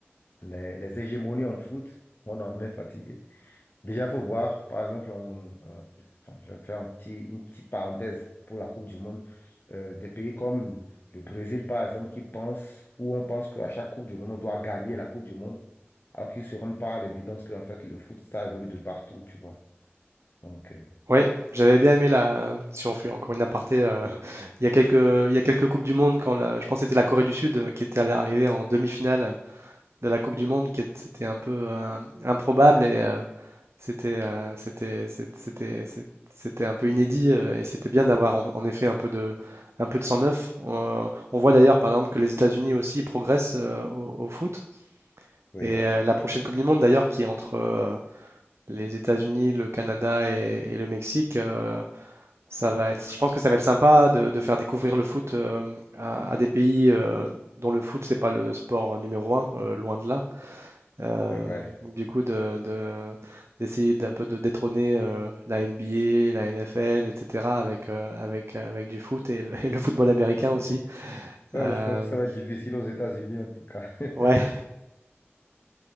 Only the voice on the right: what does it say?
oui, j'avais bien aimé la. Si on fait encore une aparté, euh, <laughs> il y a quelques, il y a quelques Coupes du Monde, quand la- je pense que c'était la Corée du Sud euh, qui était allée arriver en demi-finale de la Coupe du Monde, qui est- c'était un peu euh, improbable. Et, euh, C'était euh, c'était c'est- c'était c'est- c'était un peu inédit euh, et c'était bien d'avoir en, en effet un peu de un peu de sang neuf. On, on voit d'ailleurs par exemple que les États-Unis aussi progressent euh, au, au foot
et euh, la prochaine Coupe du Monde d'ailleurs qui est entre euh, les États-Unis, le Canada et, et le Mexique, euh, ça va être je pense que ça va être sympa de, de faire découvrir le foot euh, à, à des pays euh, dont le foot c'est pas le sport numéro un euh, loin de là. Euh,
du coup, de, de- d'essayer d'un peu de détrôner euh, la NBA, la NFL, etc. avec, euh, avec, euh, avec du foot et le, <laughs> et le football américain
aussi.
Euh,
ouais,